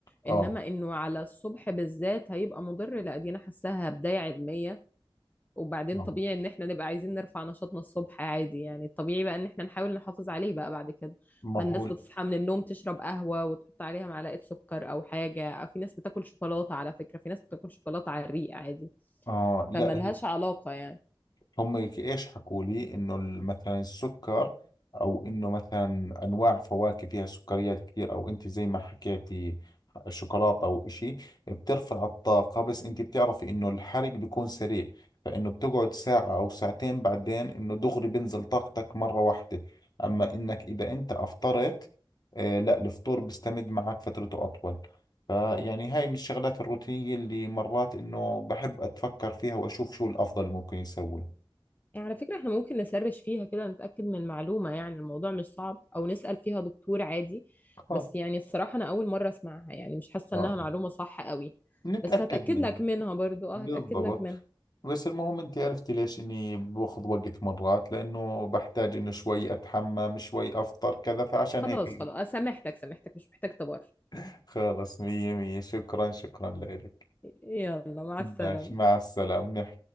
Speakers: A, on the left; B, on the left.
A: اه
B: انما انه على الصبح بالذات هيبقى مضر لا دي انا حاساها بداية علمية وبعدين
A: آه.
B: طبيعي ان احنا نبقى عايزين نرفع نشاطنا الصبح عادي يعني الطبيعي بقى ان احنا نحاول نحافظ عليه بقى بعد كده
A: ما
B: ما
A: هو
B: الناس بتصحى من النوم تشرب قهوة وتحط عليها معلقة سكر او حاجة أو في ناس بتاكل شوكولاتة على فكرة في ناس بتاكل شوكولاتة على الريق عادي
A: اه لا
B: فملهاش
A: هي
B: علاقة يعني
A: هم ايش حكوا لي انه ال- مثلا السكر او انه مثلا انواع فواكه فيها سكريات كثير او انت زي ما حكيتي شوكولاته او اشي بترفع الطاقه بس انت بتعرفي انه الحرق بيكون سريع فانه بتقعد ساعه او ساعتين بعدين انه دغري بنزل طاقتك مره واحده اما انك اذا انت افطرت آه لا الفطور بيستمد معك فترته اطول فيعني هاي من الشغلات الروتينية اللي مرات إنه بحب أتفكر فيها وأشوف شو الأفضل ممكن يسوي
B: يعني على فكرة احنا ممكن نسرش فيها كده نتأكد من المعلومة يعني الموضوع مش صعب او نسأل فيها دكتور عادي
A: خالص
B: بس يعني الصراحة انا اول مرة اسمعها يعني مش حاسة
A: اه
B: انها معلومة صح قوي
A: نتأكد
B: بس هتأكد
A: منها
B: لك منها برضو اه
A: بالضبط
B: هتأكد لك منها
A: بس المهم انت عرفتي ليش اني باخذ وقت مرات لانه بحتاج انه شوي اتحمم شوي افطر كذا فعشان
B: خلاص
A: هيك
B: خلاص آه، سامحتك سامحتك مش محتاج تبرر
A: <laughs> خلص مية مية شكرا شكرا لك
B: يلا مع السلامة
A: ماشي مع السلامة